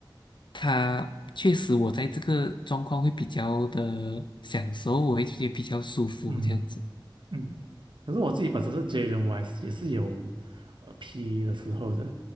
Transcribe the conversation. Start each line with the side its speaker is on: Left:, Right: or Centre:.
Left: 他确实我在这个状况会比较的享受，我会觉得比较舒服这样子。
Right: 嗯嗯。可是我自己本身是 J 人，我还是也是有呃 P E 的时候的，